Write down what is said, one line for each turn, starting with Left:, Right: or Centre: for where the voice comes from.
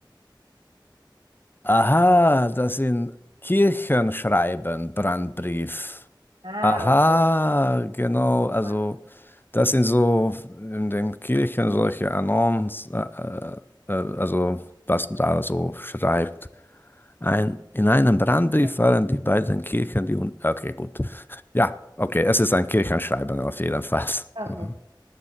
Left: aha, das sind Kirchenschreiben, Brandbrief.
Right: Ah,
Left: Aha,
Right: okay.
Left: genau, also
Right: Macht
Left: das
Right: mehr Sinn.
Left: sind so in den Kirchen solche Annons, äh, äh, äh, also was man da so schreibt. Ein, in einem Brandbrief
Right: Okay.
Left: waren die beiden Kirchen, die... Un okay, gut. Ja, okay, es ist ein Kirchenschreiben auf jeden Fall.
Right: Okay.
Left: Mhm.